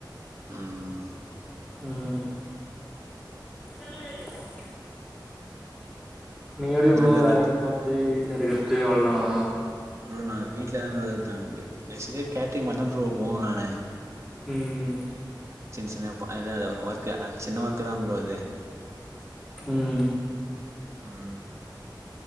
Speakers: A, on the right (about 40°); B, in the centre.
A: ம்
B: உம் உஹம் நீங்க எப்டி
A: என்ன
B: ப்ரோ வேலைக்கு
A: கத்து
B: போற்து வீட் ட்ல இருக்கிற்து அவள்தானா
A: ப்ரோ நா வீட்லதா ப்ரோ இருப்பே பேஸிக்கா கேட்டரிங் மட்டும் ப்ரோ போவ நானு
B: உம்
A: <unintelligible> ஒர்க்கு அது சின்ன ஒர்க் குதா ப்ரோ அது
B: ம்
A: ம்